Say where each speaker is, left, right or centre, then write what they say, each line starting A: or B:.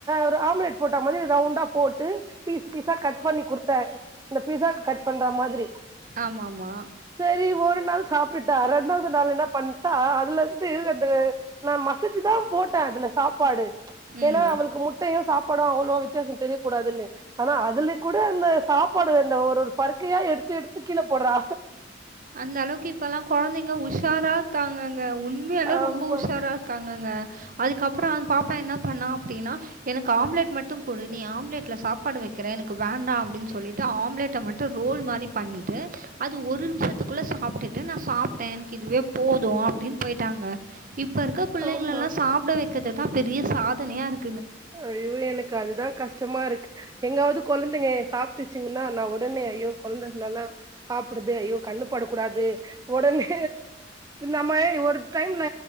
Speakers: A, on the right (about 20°); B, on the right (about 45°).
A: ஒரு ஆம்லெட் போட்ட மாரி ரவுண்டா போட்டு பீஸ் பீஸா கட் பண்ணி கொடுத்த இந்த பீஸா கட் பண்ற மாதிரி
B: ஆமாமா
A: செரி ஒரு நாள் சாப்ட்டுட்டா ரெண்டாவது நாள் என்ன பண்ணிட்டா அதுல இருந்து அந்த நா மசஜீ தா போட்ட அதுல சாப்பாடு ஏன்னா
B: ம்
A: அவனுளுக்கு முட்டயோ சாப்பாடு அவ்வளோ வித்தியாச தெரியக் கூடாதுன்னு ஆனா அதுல கூட அந்த சாப்பாடு அந்த ஒரு பருக்கயா எடுத்து எடுத்து கீழ போடுறா
B: அந்த அளவுக்கு இப்ப எல்லா கொழந்தைங்க உஷாரா இருக்காங்கங்க உண்மையாலே
A: ஆமா
B: ரொம்ப உஷாரா இரு க்காங்கங்க அதுக்கப்புற அந்த பாப்பா என்ன பண்ணா அப்டின்னா எனக்கு ஆம்லெட் மட்டு குடு நீ ஆம்லெட்ல சாப்பாடு வைக்கிற எனக்கு வேண்டா அப்டின் சொல்லிட்டு ஆம்லேட்ட மட்டு டு ரோல் மாரி பண்ணிட்டு அது ஒரு நிமிஷ த்துக்குள்ள சாப்ட்டுட்டு நா சாப்ட்ட எனக்கு இதுவே போது அப்டினு போயிட்டாங்க இப்போ இருக்க பிள்ளைங்களலா
A: ஆமா
B: சாப்ட வைக்கிறதுதா பெரிய சாதனையா இருக்
A: ஐயோ எனக்கு அதுதா கஷ்டமா இருக் எங்காவது கொழந்தைங்க சாப்ட்டுச்சுங்கன்னா நா ஒடனே ஐயோ கொழந்தை நல்லா சாப்டுது ஐயோ கண்ணுப்படக் கூடாது ஒடனே நம்ம ஒரு டைம்ல